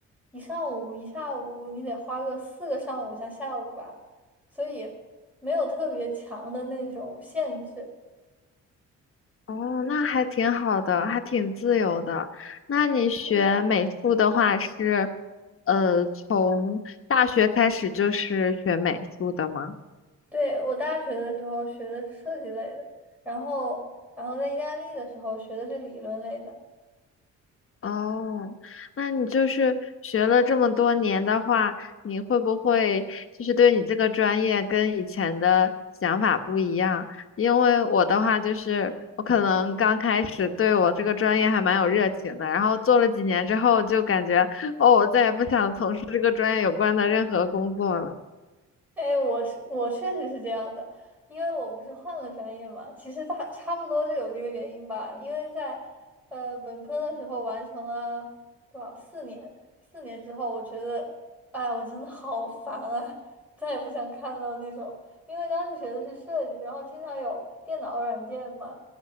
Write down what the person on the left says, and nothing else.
哦，那还挺好的，还挺自由的。那你学美术的话是，
呃，从大学开始就是学美术的吗？
哦，那你就是学了这么多年的话，你会不会就是对你这个专业跟以前的想法不一样？因为我的话就是，我可能刚开始对我这个专业还蛮有热情的，然后做了几年之后就感觉，哦，我再也不想从事这个专业有关的任何工作了。